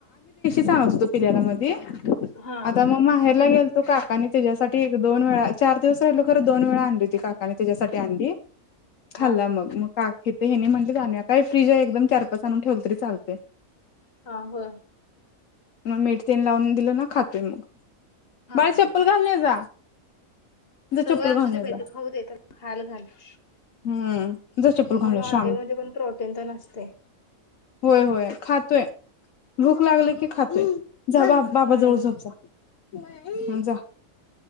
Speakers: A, on the left; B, on the left.
A: सांगत होतो पिल्याला मध्ये
B: हां,
A: आता मग माहेरला गेलतो काका आणि त्याच्यासाठी एक दोन वेळा चार दिवस राहिलो खरं दोन वेळा आणली होती काकाने त्याच्यासाठी आणली
B: हां,
A: खाल्ला मग मग का हेनी म्हटले जा काय फ्रीज आहे एकदम चार पाच आणून ठेवलं तरी चालते
B: हा हो
A: म मेठतेन लावून दिल ना खातोय मग
B: हां,
A: बाळ
B: हां,
A: चप्पल
B: हां.
A: घालणे जा जा
B: सवय
A: चप्पल
B: असूची
A: घालून ये
B: पाहिती
A: जा
B: खाऊ दे त्या हाल घाल ह
A: हम्म जच्यापूल खाणे
B: अंडेमध्ये
A: शान
B: पण प्रोटीन तर नसते.
A: होय होय खातोय भूक लागल की खातोय जा बा बाबा
B: हम्म,
A: जवळ झोप जा जा